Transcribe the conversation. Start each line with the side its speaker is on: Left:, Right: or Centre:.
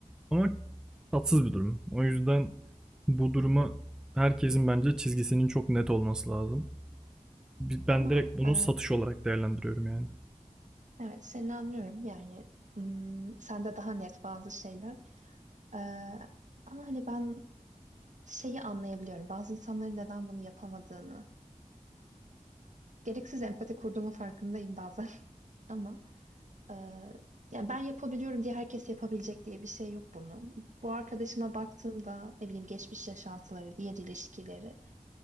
Centre: Ama tatsız bir durum. O yüzden bu duruma herkesin bence çizgisinin çok net olması lazım. Ben
Right: Ama
Centre: direkt bunu
Right: e,
Centre: satış olarak değerlendiriyorum yani.
Right: evet seni anlıyorum yani hmm, sende daha net bazı şeyler. E, ama hani ben şeyi anlayabiliyorum bazı insanların neden bunu yapamadığını. Gereksiz empati kurduğumun farkındayım bazen <laughs> ama. Ee, yani ben yapabiliyorum diye herkes yapabilecek diye bir şey yok bunun. Bu arkadaşıma baktığımda ne bileyim geçmiş yaşantıları, diğer ilişkileri,